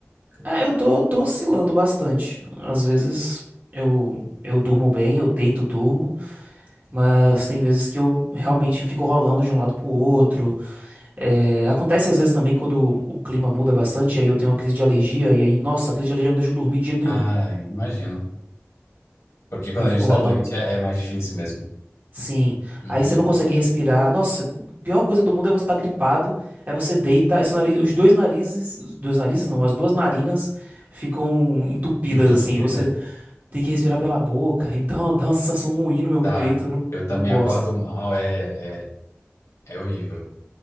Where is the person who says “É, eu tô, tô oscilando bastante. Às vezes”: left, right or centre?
Right